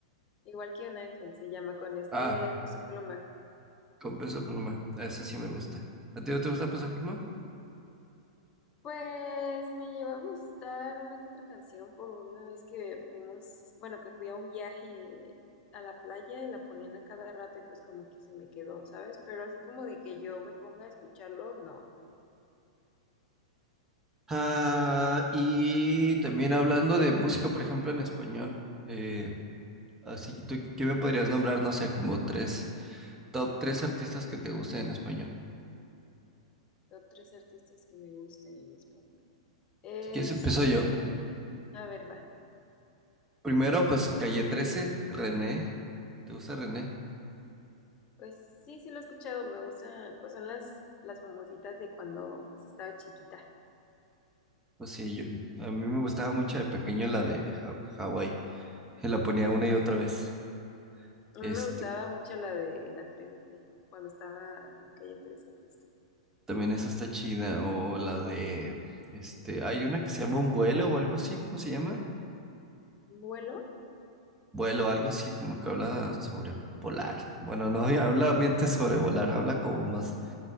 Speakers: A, on the left (about 35°); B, on the right (about 15°).
A: Igual que un ángel se llama con este
B: Ah,
A: Peso Pluma.
B: con Peso Pluma. Esa sí me gusta. ¿A ti no te gusta Peso Pluma?
A: Pues me lleva a gustar una que otra canción por una vez que fuimos, bueno, que fui a un viaje a la playa y la ponían a cada rato y pues como que se me quedó, ¿sabes? Pero así como de que yo me ponga a escucharlo, no.
B: Ah, y también hablando de música, por ejemplo, en español. eh, así que tú, ¿qué me podrías nombrar? No sé, como tres, top tres artistas que te gusten en español.
A: Top tres artistas que me gusten en español. Este,
B: Si quieres, empiezo yo.
A: a ver, va.
B: Primero, pues Calle trece, René. ¿Te gusta René?
A: Pues sí, sí lo he escuchado, me gustan, pues son las, las famositas de cuando pues estaba chiquita.
B: Pues sí, yo- a mí me gustaba mucho de pequeño la de Ha- Hawái. Se la ponía una y otra
A: Sí, a
B: vez.
A: mí
B: Este,
A: me gustaba mucho la de Atrévete, cuando estaba en calle trece justo.
B: también esa está chida. O la de, este, hay una que se llama Un vuelo o algo así, ¿cómo se llama?
A: ¿Vuelo?
B: Vuelo, algo así, como que habla sobre volar. Bueno, no <laughs> habla ambiente sobre volar, habla como más,